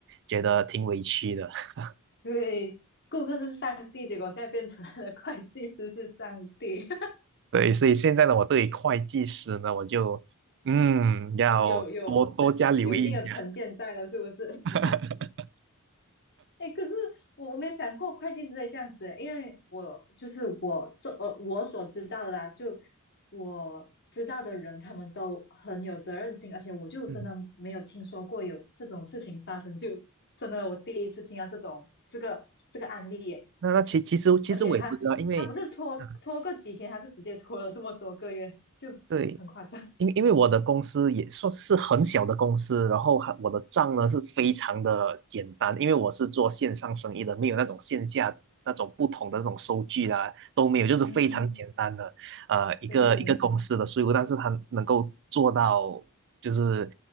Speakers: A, on the right; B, on the left.
A: 觉得挺委屈的。<laughs>
B: 对，顾客是上帝，结果现在变成了会计师是上帝，<laughs>
A: 对，所以现在呢，我对于会计师呢，我就嗯要多多加留意一下。
B: 有有有一定的成见在了，是不是？<laughs>
A: <laughs>
B: 哎，可是我我没有想过会计师会这样子，因为我就是我做呃我所知道的啦，就我知道的人，他们都很有责任心，而且我就真的没有听说过有这种事情发生，
A: 嗯，
B: 就真的我第一次听到这种这个这个案例耶。
A: 那那其其实其实我也不知道，
B: 而且他他不是拖拖个几天，
A: 因为嗯
B: 他是直接拖了这么多个月，就很夸张。
A: 对，因为因为我的公司也算是很小的公司，然后还我的账呢是非常的简单，因为我是做线上生意的，没有那种线下那种不同的那种收据啦、都没有，就是非常简单的呃一个一个公司的税务，
B: 嗯，对，
A: 但是他能够做到就是